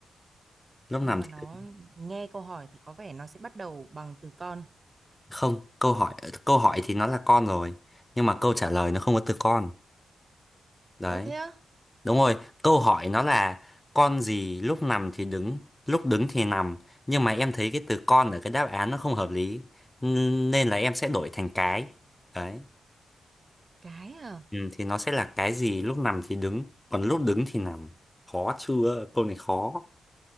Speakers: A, on the left (about 15°); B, on the right (about 40°).
A: lúc nằm
B: Nhưng mà
A: thì
B: nó nghe câu hỏi thì có vẻ nó sẽ bắt đầu bằng từ con.
A: không câu hỏi câu hỏi thì nó là con rồi nhưng mà câu trả lời nó không có từ con đấy
B: Ôi thế á?
A: đúng rồi câu hỏi nó là con gì lúc nằm thì đứng lúc đứng thì nằm nhưng mà em thấy cái từ con ở cái đáp án nó không hợp lý n- nên là em sẽ đổi thành cái đấy
B: Cái à?
A: ừ, thì nó sẽ là cái gì lúc nằm thì đứng còn lúc đứng thì nằm khó chưa câu này khó